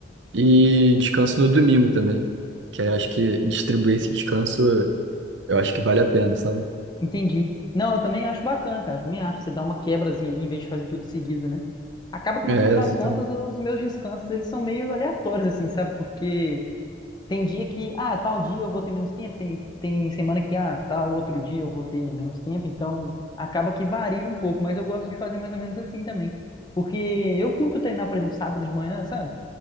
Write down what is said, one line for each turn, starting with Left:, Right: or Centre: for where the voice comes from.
Right: e descanso no domingo também. Que aí eu acho que distribuir esse descanso, eu acho que vale a pena, sabe?
Left: <clears throat> entendi. Não, eu também acho bacana, cara. Também acho. Você dá uma quebrazinha ali em vez de fazer tudo seguido, né? Acaba que no
Right: É,
Left: final das
Right: exatamente.
Left: contas os meus descansos eles são meio aleatórios, assim, sabe? Porque. Tem dia que, ah, tal dia eu vou ter menos tempo, tem, tem semana que, ah, tal outro dia eu vou ter menos tempo, então acaba que varia um pouco, mas eu gosto de fazer mais ou menos assim também. Porque eu curto treinar, por exemplo, sábado de manhã, sabe?